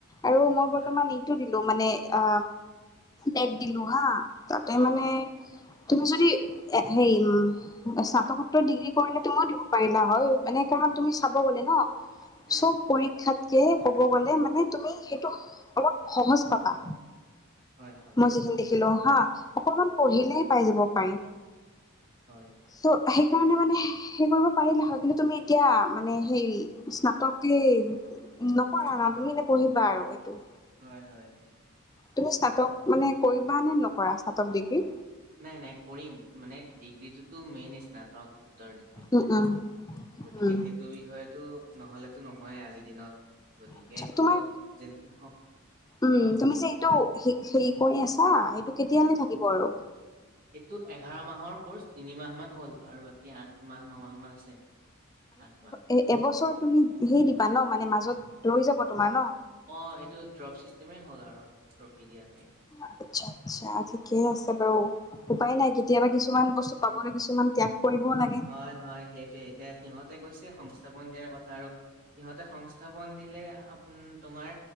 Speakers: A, on the left (about 15°); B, on the right (about 40°).
A: আৰু মই বৰ্তমান
B: হয়
A: ই টো দিলো মানে অ নেট দিলো হা, তাতে
B: অ
A: মানে
B: অ
A: তুমি যদি হেৰি উম স্নাতকোত্তৰ ডিগ্ৰী কৰিলে তুমিও দিব, পাৰিলা হয় মানে তুমি তোমাৰ চাব গলে ন
B: উম
A: চব পৰীক্ষাত, কে ক'ব গ'লে মানে তুমি সেইটো অলপ সহজ পাবা।
B: হয় হয়।
A: মই যিখিনি দেখিলো হা অকনমান পঢ়িলে
B: হয়
A: পাই যাব পাৰি।
B: হয়।
A: ত' সেইকাৰণে মানে সেই কৰিব পাৰিলা হয় কিন্তু তুমি এতিয়া মানে সেই স্নাতক কি নপঢ়া
B: উত্তীৰ্ণ
A: ন তুমি হে পঢ়িবা আৰু এইটো।
B: হয় হয়।
A: তুমি স্নাতক মানে কৰিবা নে নকৰা স্নাতক ডিগ্ৰী?
B: নাই নাই কৰিম, মানে ডিগ্ৰীটোতো মেইন স্নাতক উত্তৰ ডিগ্ৰীটো।
A: উম, উম,
B: গতিকে
A: উম,
B: সেই, হেটো বিষয়টো নহলেতো নহয় আজিৰ দিনত গতিকে
A: আচ্ছা
B: সেইটো
A: তোমাৰ
B: যেনেকে নহওক
A: উম
B: কোৱা
A: তুমি যে এইটো হেৰি হেৰি কৰি আছা এইটো কেতিয়ালৈ থাকিব আৰু
B: এইটো এঘাৰ মাহৰ কৰ্চ তিনি মাহ মান হ'ল আৰু বাকী এতিয়া আঠ মাহ নমাহ মান আছে আঠ মাহ
A: এ এবছৰ তুমি সেইৰি দিবা ন মানে মাজত ৰৈ যাব তোমাৰ ন
B: অ এইটো ড্ৰপ ছিষ্টেমে হ'ল আৰু ৰখি দিয়া ঠাইপ
A: আটচ্ছা-আটচ্ছা ঠিকে আছে বাৰু, উপায় নাই কেতিয়াবা কিছুমান বস্তু পাবলে কিছুমান ত্যাগ কৰিব লাগে
B: হয়-হয় সেইটোয়ে, এতিয়া সিহঁতে কৈছে সংস্থাপন দিয়াৰ কথা আৰু সিহঁতে সং থাপন দিলে আপোন তোমাৰ,